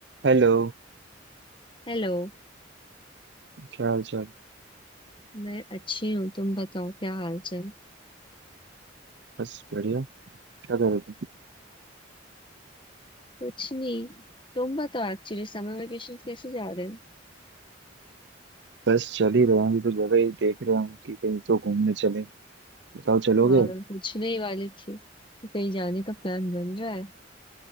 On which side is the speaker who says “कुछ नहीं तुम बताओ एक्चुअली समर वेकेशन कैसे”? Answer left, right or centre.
Left